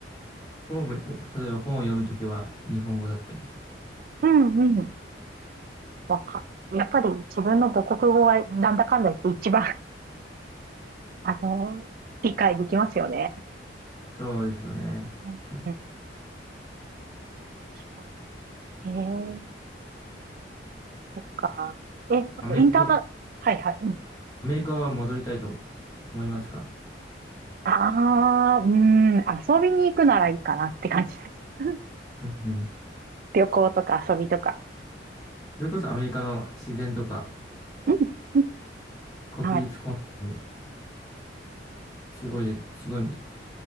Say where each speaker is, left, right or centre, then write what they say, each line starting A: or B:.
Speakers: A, on the left; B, on the right.
A: 本も、お例えば本を読むときは日本語だったりと。
B: うん、うん。うんわかやっぱり自分の母国語はなんだかんだ言って一番、あの、理解できますよね。
A: そうですよね。
B: うん、うん、
A: 確か
B: 確かに。えーそっか。え、
A: アメリカ、
B: インターナ、はいはい。うん。
A: アメリカは戻りたいと思いますか
B: ああ、うん、遊びに行くならいいかなって感じです。<laughs>
A: うんうん。
B: 旅行とか遊びとか。
A: それこそアメリカの自然とか、
B: うんうん
A: 国立公園、
B: はい。
A: すごいすごい